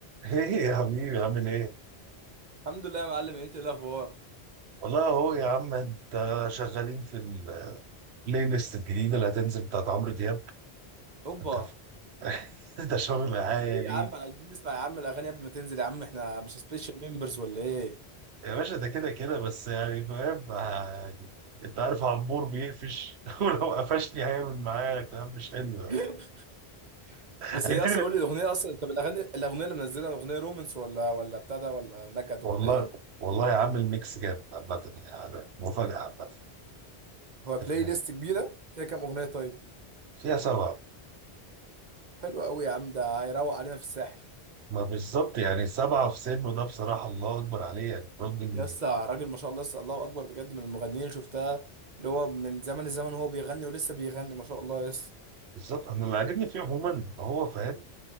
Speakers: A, on the right (about 75°); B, on the right (about 45°).
A: ايه يا حبيبي عامل ايه؟
B: الحمد لله يا معلم انت ايه الاخبار
A: والله اهو يا عم انت شغالين في البلاي ليست الجديدة اللي هتنزل بتاعت عمرو دياب
B: اوبا
A: انت <laughs> ده شغل عالي
B: طب ايه يا عم عايزين نسمع يا عم الاغاني قبل ما تنزل يا عم احنا مش سبيشال ممبرز ولا ايه
A: يا باشا ده كده كده بس يعني فاهم آه، انت عارف عمور بيقفش <laughs> ولو قفشني هيعمل معايا كلام مش حلو يعني.
B: <laughs>
A: هيديني
B: بس هي اصلا قول لي الاغنيه اصلا طب الاغاني الاغنيه اللي منزلها اغنيه رومانس ولا ولا بتاع ده ولا نكد
A: والله
B: ولا ايه
A: والله يا عم الميكس جامد عامة يعني ده مفاجأة عامة
B: هو بلاي
A: انت فاهم
B: ليست كبيره فيها كام اغنيه طيب
A: فيها سبعة
B: حلوه قوي يا عم ده هيروق علينا في الساحل
A: ما بالظبط يعني سبعة في سنه ده بصراحة الله أكبر عليه يعني الراجل
B: يا اسطى راجل ما شاء الله لسه الله اكبر بجد من المغنيين اللي شفتها اللي هو من زمن الزمن هو بيغني ولسه بيغني ما شاء الله يس
A: بالظبط انا اللي عاجبني فيه عموما ان هو فاهم